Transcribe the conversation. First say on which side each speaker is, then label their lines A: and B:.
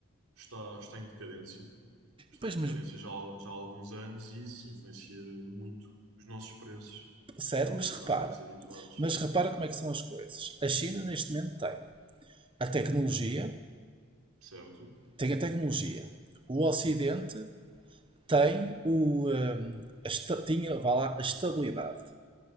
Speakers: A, on the right; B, on the right.
A: está, está em decadência. Está
B: Pois,
A: em decadência
B: mas,
A: já, há- já há alguns anos e isso influencia muito os nossos preços
B: sério,
A: e é que
B: mas repara,
A: nós estamos habituados,
B: mas repara como é que são as coisas. A China neste momento tem a tecnologia,
A: certo?
B: tem a tecnologia. O Ocidente tem o, hum, a esta- tinha, vá lá, a estabilidade.